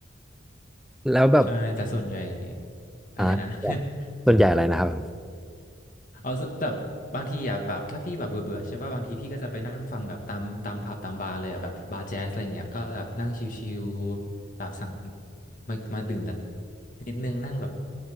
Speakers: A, in the centre; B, on the left (about 45°).
A: แล้วแบบ
B: ใช่แต่ส่วนใหญ่อะไรนะ
A: อ่า
B: <laughs>
A: ส่วนใหญ่อะไรนะครับผม
B: เอาสแต่บางทีอ่ะแบบถ้าพี่แบบเบื่อเบื่อใช่ป่ะบางทีพี่ก็จะไปนั่งฟังแบบตามตามผับตามบาร์เลยอ่ะแบบบาร์แจ๊สอะไรเงี้ยก็แบบนั่งชิลๆแบบสั่งมามาดื่มแต่นิดนึงนั่งแบบ